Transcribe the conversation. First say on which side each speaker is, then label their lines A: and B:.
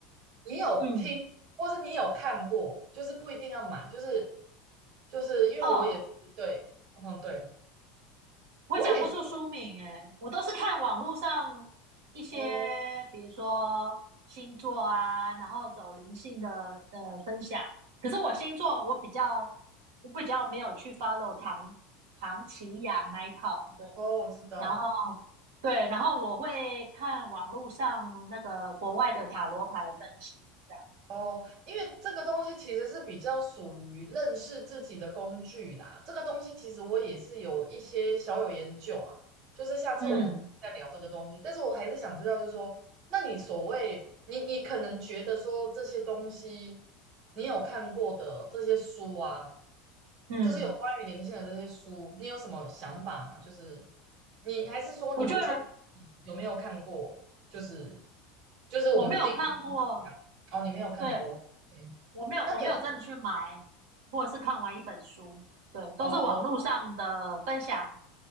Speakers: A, on the right; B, on the right.
A: 你有听，
B: 嗯
A: 或是你有看过，就是不一定要买，就是就是因为我也是对，
B: 哦，
A: 嗯对。
B: 我讲不出书名诶，
A: 我也是
B: 我都是看网络上一些，
A: 哦
B: 比如说星座啊，然后走灵性的的分享。可是我星座我比较我比较没有去 follow 唐唐奇雅那一套，对，
A: 哦，我知道
B: 然后。对，然后我会看网络上那个国外的塔罗牌分析，这样。
A: 哦，因为这个东西其实是比较属于认识自己的工具啦。这个东西其实我也是有一些小有研究啊，就是下次我们可以再聊这个东西。
B: 嗯
A: 但是我还是想知道，就是说，那你所谓你你可能觉得说这些东西你有看过的这些书啊，
B: 嗯，
A: 就是有关于灵性的这些书，你有什么想法吗？就是你还是说你不确定你有没有看过？
B: 我觉得
A: 就是就是我们的定义不一样哦，
B: 我没有看过，
A: 你没有看过，OK？
B: 对，我没有我没有真的去买，
A: 那你有
B: 或者是看完一本书，对，都是网络上的分享，
A: 哦，